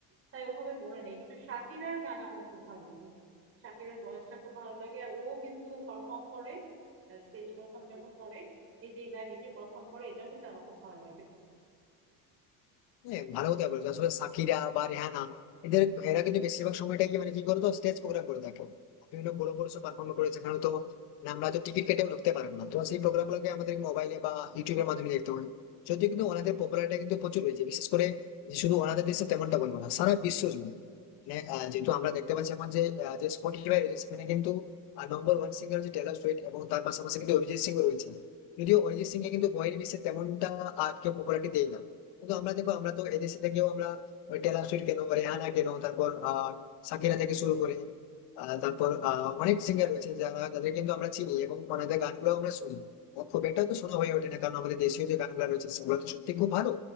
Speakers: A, on the right; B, on the left.
A: তাই ওভাবে মনে নেই কিন্তু শাকিরার গান আমার খুব ভালো লাগে শাকিরার ভয়েসটা খুব ভালো লাগে আর ও কিন্তু পারফর্ম করে স্টেজ পারফর্ম যখন করে নিজে গায়ে নিজে পারফর্ম করে এটাও কিন্তু আমার খুব ভালো লাগে
B: হ্যাঁ ভালো কথা বলছো আসলে সাকিরা বা রেহানা এদের এরা কিন্তু বেশিরভাগ সময়টা কি মানে কি বলতো স্টেজ প্রোগ্রাম করে থাকে বিভিন্ন বড় বড় সব পারফর্ম করে যেখানে তো মানে আমরা তো টিকিট কেটেও ঢুকতে পারবো না তো সেই প্রোগ্রাম গুলোকে আমাদের মোবাইলে বা ইউটিউবের মাধ্যমে দেখতে হবে যদিও কিন্তু ওনাদের পপুলারিটি কিন্তু প্রচুর হয়েছে বিশেষ করে যে শুধু ওনাদের দেশে তেমনটা বলবো না সারা বিশ্ব জুড়ে মানে আহ, যেহেতু আমরা দেখতে পাচ্ছি এখন যে আহ, যে স্পটিফাই রয়েছে সেখানে কিন্তু নম্বর ওয়ান সিঙ্গার হচ্ছে টেলর সুইফট এবং তার পাশাপাশি কিন্তু অরিজিৎ সিং রয়েছে যদিও অরিজিৎ সিং এ কিন্তু বহির্বিশ্বে তেমনটা আর কেউ পপুলারিটি দেয় না কিন্তু আমরা দেখো আমরা তো এদেশে থেকেও আমরা ওই টেলর সুইট কেন রেহানা কেন তারপর আহ সাকিরা থেকে শুরু করে আহ, তারপর আহ, অনেক সিঙ্গার রয়েছে যারা যাদের কিন্তু আমরা চিনি এবং ওনাদের গানগুলো আমরা শুনি ও খুব একটা তো শোনা হয়ে ওঠে না কারণ আমাদের দেশীয় যে গানগুলো রয়েছে সেগুলো তো সত্যি খুব ভালো